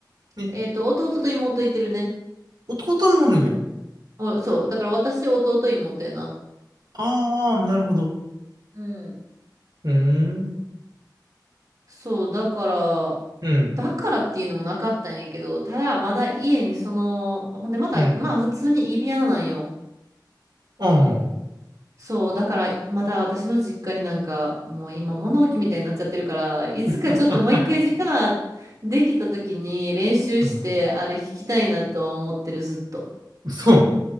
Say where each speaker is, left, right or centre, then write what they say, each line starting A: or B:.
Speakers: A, on the right; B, on the right.
A: ね。
B: えっと、弟と妹いてるね。
A: 弟もおるんや。
B: お、そう、だから私、弟、妹やな。
A: ああ、なるほど。
B: うん
A: うーん。
B: そう、だから、
A: うん。
B: だからっていうのもなかったんやけど、ただまだ家にその、ほんでまた、
A: うん。
B: まあ普通にイビアナなんよ。
A: ああ。
B: そう、だからまだ私の実家になんか、もう今物置みたいになっちゃってるから、いつかちょっともう一回時間できた時に練習して、
A: あ、あ、うん、
B: あれ弾きたいなとは思ってる、ずっと。
A: そう。